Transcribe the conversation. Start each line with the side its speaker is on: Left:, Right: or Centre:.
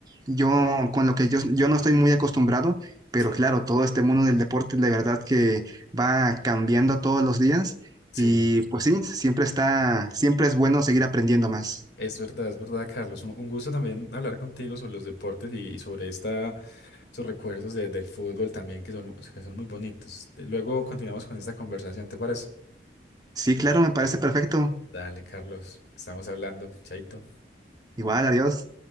Right: yo, con lo que yo, yo no estoy muy acostumbrado, pero
Left: Sí,
Right: claro, todo este mundo del deporte de verdad que va cambiando todos los días.
Left: sí,
Right: Y pues sí, siempre está, siempre es bueno seguir aprendiendo más.
Left: es verdad, es verdad, Carlos, un, un gusto también hablar contigo sobre los deportes y, y sobre esta, esos recuerdos de- del fútbol también que son, que son muy bonitos. Luego continuamos con esta conversación, ¿te parece?
Right: Sí, claro, me parece perfecto.
Left: Dale, Carlos, estamos hablando. Chaito.
Right: Igual, adiós.